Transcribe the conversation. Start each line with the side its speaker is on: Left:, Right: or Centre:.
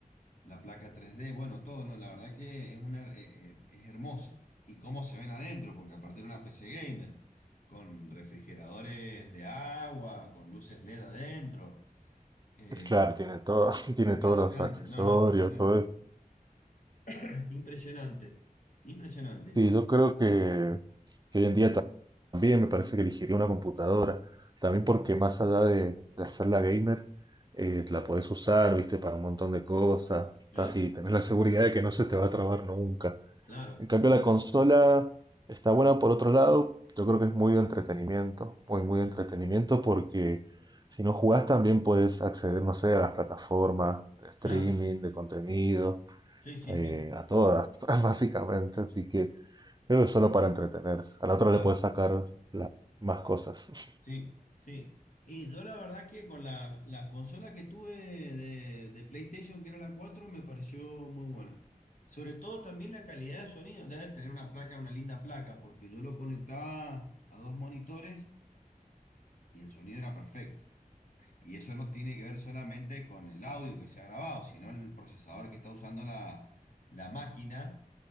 Left: la placa 3D, bueno, todo, no, la verdad que es una, eh, eh, es hermoso. Y cómo se ven adentro, porque aparte era una PC gamer, con refrigeradores de agua, con luces LED adentro. eh,
Right: Claro, tiene todo, <laughs> tiene
Left: impresionante,
Right: todos los accesorios,
Left: no, no, impresionante.
Right: todo eso.
Left: <clears throat> Impresionante, impresionante.
Right: Sí, yo creo que, que hoy en día ta- también me parece que elegiría una computadora. También porque más allá de, de hacerla gamer, eh, la podés usar, viste, para un montón de cosas.
Left: Claro,
Right: ta- Y tenés la seguridad de que no se te va a trabar nunca.
Left: claro,
Right: En cambio, la consola está buena por otro lado. Yo creo que es muy de entretenimiento, muy, muy de entretenimiento porque si no jugás también puedes acceder, no sé, a las plataformas de streaming,
Left: claro.
Right: de contenido,
Left: Sí, sí,
Right: eh,
Left: sí,
Right: a todas, <laughs> básicamente. Así que creo que es solo para entretenerse. A la otra
Left: claro.
Right: le puedes sacar la- más cosas. <laughs>
Left: Sí, sí. Y yo la verdad que con la, la consola que tuve de, de PlayStation, que era la 4 me pareció muy buena. Sobre todo también la calidad de sonido. Debe tener una placa, una linda placa, porque yo lo conectaba a dos monitores y el sonido era perfecto. Y eso no tiene que ver solamente con el audio que se ha grabado, sino el procesador que está usando la, la máquina